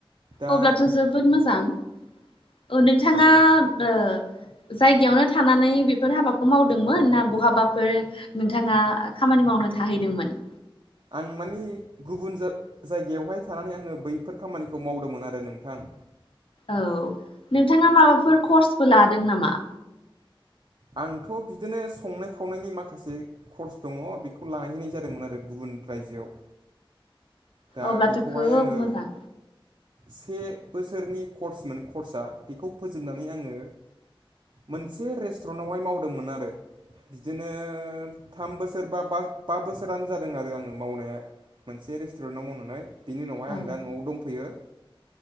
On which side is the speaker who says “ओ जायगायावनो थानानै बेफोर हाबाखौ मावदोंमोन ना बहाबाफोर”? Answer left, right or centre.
Left